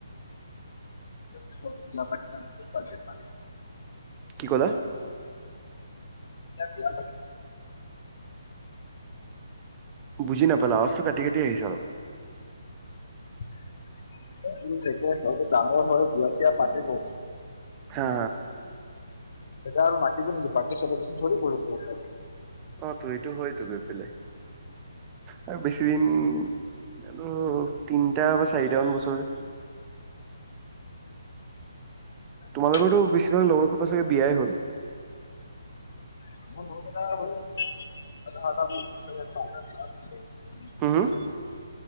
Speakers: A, on the left; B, on the right.
A: <unintelligible>
B: কি ক'লা
A: বিয়া
B: বুজি নাপালা আৱাজটো কাটি কাটি আহিছে অলপ
A: <inaudible> থে হয়তো ডাঙৰ হয় বিয়া চিয়া পাতিবই।
B: হা
A: তেতিয়া আৰু মাটিব <unintelligible>
B: অ তো এইটো হয়তো বেলেগ আৰু বেছি দিন আৰু তিনটা বা চাৰিটা মান বছৰ
A: উ
B: তোমালোকৰ লগৰতো বেছিভাগ লগৰ খোবা ছাগে বিয়াই হ'ল
A: <unintelligible>
B: হুম হুম